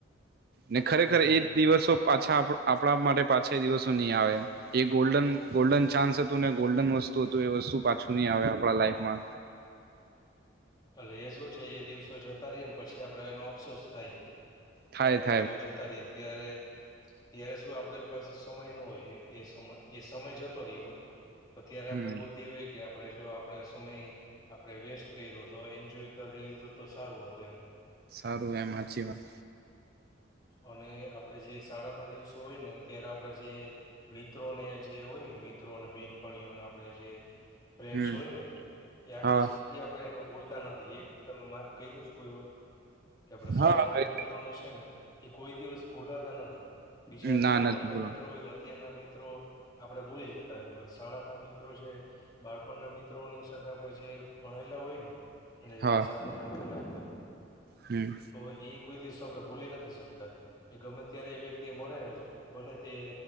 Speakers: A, on the right; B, on the left.
A: ને ખરેખર
B: હમ
A: એ દિવસો પાછા આપ આપણા માટે પાછા દિવસો નઈ આવે એ ગોલ્ડન ગોલ્ડન ચાન્સ હતું ને ગોલ્ડન વસ્તુ હતું, એ વસ્તુ પાછું ની આવે આપણા લાઈફમાં
B: એટલે એ શું છે, એ દિવસો જતા રીયાને પછી, આપડે એનો અફસોસ થાય
A: થાય
B: કે, આ દિવસો
A: થાય
B: તા રીયા ત્યારે ત્યારે શું આપણી પાસે સમય ન હોય એ સમ એ સમય જતો રીયો હોય. તો ત્યારે આપડે
A: હમ
B: બુદ્ધિ હોય કે આપડે જો આપડે સમય આપડે વેસ્ટ કયરો તો એન્જોય કરી લીધો તો સારું હોત એમ
A: સારું, એમ હાચી વાત
B: અને આપડે જે શાળાના દિવસો હોય ને, ત્યારે આપડ જે મિત્રોને જે હોય ને, મિત્રોને બેનપણીઓને આપણે જે ફ્રેન્ડસ
A: હમ
B: હોયને એ આખી
A: હા
B: જિંદગી આપણેે એને ભૂલતા નથી, એક તમે માર્ક કર્યું કોઈ વાર કે આપણે શાળાના
A: હા
B: મિત્રોને છે ને એ કોઈ દિવસ ભૂલાતા નથી. બીજા અત્યારના
A: ના નથી
B: આપડા
A: બોલવાનું
B: મિત્રો હોય તો, અત્યારના મિત્રો આપડે ભુલી જતા હોય પ શાળાના મિત્રો છે. બાળપણના મિત્રોની સાથે આપડે જે ભણાયલા હોય ને અને
A: હા
B: જે સાથે રમેલા ઓય.
A: હમ,
B: તો એ કોઈ દિવસ આપણે ભૂલી નથી શકતા. એ ગમે ત્યારે એ વ્યક્તિ મળે ને ભલે તે